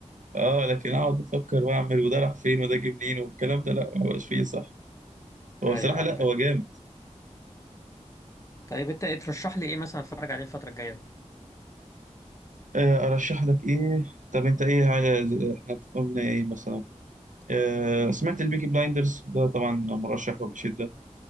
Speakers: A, on the right (about 90°); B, on the left (about 25°).
A: اه لكن اقعد افكر واعمل وده راح فين وده جه منين والكلام ده لا ما بقاش فيه صح هو
B: أيوه
A: بصراحه
B: عندك
A: لا هو جامد
B: طيب أنت إيه ترشح لي إيه مثلا أتفرج عليه الفترة الجاية دي؟
A: آه، ارشح لك ايه طب انت ايه عايز احنا قلنا ايه مثلا آه، سمعت البيكي بلايندرز ده طبعا مرشح وبشده